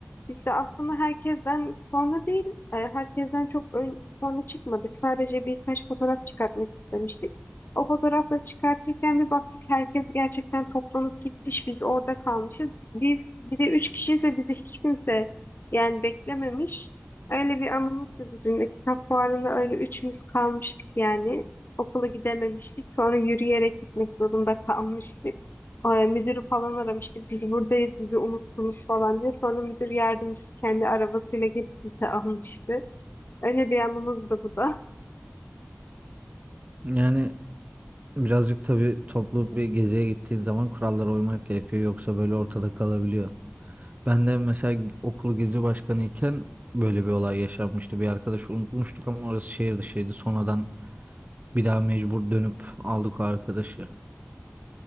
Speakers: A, on the left; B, on the right.
A: Biz de aslında herkesten sonra değil, e, herkesten çok ön, sonra çıkmadık. Sadece birkaç fotoğraf çıkartmak istemiştik. O fotoğrafları çıkartırken bir baktık herkes gerçekten toplanıp gitmiş. Biz orada kalmışız. Biz bir de üç kişiyiz ve bizi hiç kimse yani beklememiş. Öyle bir anımızdı bizim de kitap fuarında öyle üçümüz kalmıştık yani. Okula gidememiştik. Sonra yürüyerek gitmek zorunda kalmıştık. Ee, Müdürü falan aramıştık. Biz buradayız, bizi unuttunuz falan diye. Sonra müdür yardımcısı kendi arabasıyla gelip bizi almıştı. Öyle bir anımız da bu da.
B: Yani birazcık tabii toplu bir geziye gittiğin zaman kurallara uymak gerekiyor yoksa böyle ortada kalabiliyor. Ben de mesela okul gezi başkanıyken böyle bir olay yaşanmıştı. Bir arkadaşı unutmuştuk ama orası şehir dışıydı. Sonradan Bir daha mecbur dönüp aldık o arkadaşı.